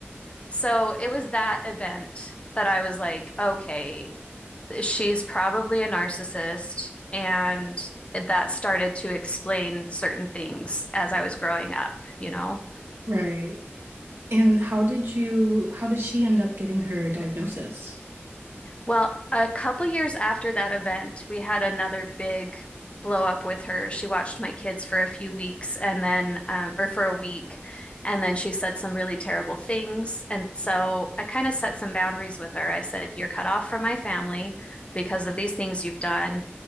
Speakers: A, on the left; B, on the right.
A: So it was that event that I was like, okay, she's probably a narcissist. And that started to explain certain things as I was growing up, you know?
B: Right. And how did you, how did she end up getting her diagnosis?
A: Well, a couple years after that event, we had another big blow up with her. She watched my kids for a few weeks and then, um, or for a week, and then she said some really terrible things. And so I kind of set some boundaries with her. I said, You're cut off from my family because of these things you've done.